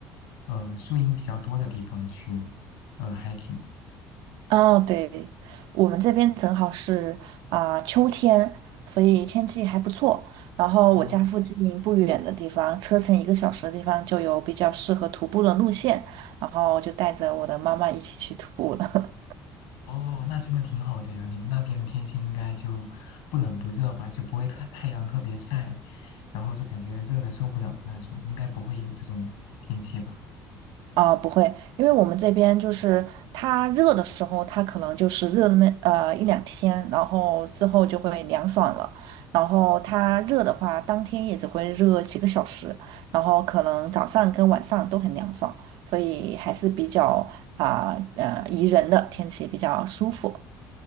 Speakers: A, on the left; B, on the right.
A: 呃树荫比较多的地方去呃 hiking。
B: 哦，对，我们这边正好是啊、秋天，所以天气还不错。然后我家附近不远的地方，
A: 哦。
B: 车程一个小时的地方就有比较适合徒步的路线，然后就带着我的妈妈一起去徒步了。
A: 哦，那真的挺好的呀。你们那边的天气应该就不冷不热吧，就不会太太阳特别晒，然后就感觉热的受不了的那种，应该不会有这种天气吧？
B: 啊、不会，因为我们这边就是它热的时候，它可能就是热那么呃一两天，然后之后就会凉爽了。然后它热的话，当天也只会热几个小时，然后可能早上跟晚上都很凉爽，所以还是比较啊呃宜人的天气，比较舒服。